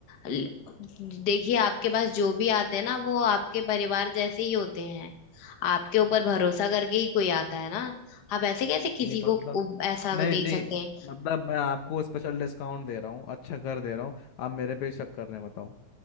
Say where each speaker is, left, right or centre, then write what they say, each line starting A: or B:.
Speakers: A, on the left (about 50°); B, on the left (about 70°).
A: ल- देखिए आपके पास जो भी आते हैं ना वो आपके परिवार जैसे ही होते हैं आपके ऊपर भरोसा करके ही कोई आता है ना आप ऐसे कैसे किसी
B: नहीं मतलब
A: को को ऐसा
B: नहीं
A: दे
B: नहीं
A: सकते हैं
B: मतलब मैं आपको स्पेशल डिस्काउंट दे रहा हूँ अच्छा कर दे रहा हूँ आप मेरे पे शक कर रहे हैं बताओ